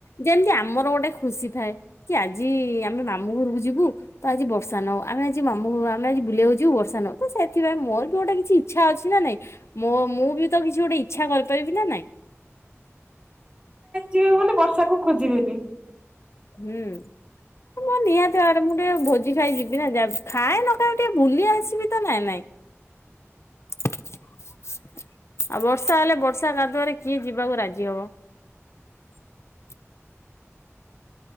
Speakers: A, on the left; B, on the right.
A: ଯେମିତି ଆମର ଗୋଟେ ଖୁସି ଥାଏ। କି ଆଜି ଆମେ ମାମୁଁ ଘରକୁ ଯିବୁ ତ ଆଜି ବର୍ଷା ନ ଆମେ ଆଜି ମାମୁଁ ଆମେ ଆଜି ବୁଲିଆକୁ ଯିବୁ, ବର୍ଷା ନଉ ତ ସେଥିପାଇଁ, ମୋର ବି ଗୋଟେ କିଛି ଇଛା ଅଛି ନା ନାଇଁ? ମୁଁ ବି ତ କିଛି ଗୋଟେ ଇଚ୍ଛା କରିପାରିବି ନା ନାଇଁ?
B: ଜିଏ ବୋଲି ବର୍ଷାକୁ ଖୋଜିବେନି?
A: ହୁଁ। ମୋ ନିହାତି ଆଡେ ମୁଁ ଟିକେ ଭୋଜି ଖାଇ ଯିବିନା। ଯା ଖାଏ ନ ଖାଏ ଟିକେ ଭୁଲି ଆସିବି ତ ନାଇଁ ନାଇଁ? <inaudible> ଆଉ ବର୍ଷା ହେଲେ, ବର୍ଷା କାଦୁଆରେ କିଏ ଯିବାକୁ ରାଜି ହବ? <inaudible>